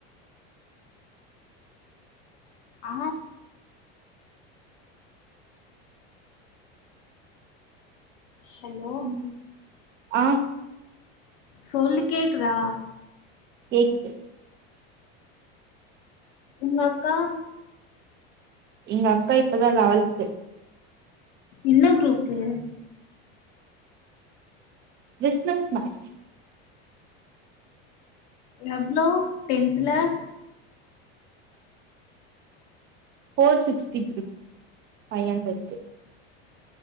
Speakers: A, on the left; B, on the right.
A: ஆ ஹலோ
B: ம் ஆ
A: சொல்லு கேக்குதா
B: கேக்குது
A: உங்க அக்கா
B: எங்க அக்கா இப்பதா லெவல்த்து
A: என்ன குரூப்பு
B: பிஸ்னஸ் மேக்ஸ்
A: எவ்ளோ டென்த்ல
B: ஃபோர் சிக்ஸ்டி த்ரீ ஃபை ஹண்ட்ரட்க்கு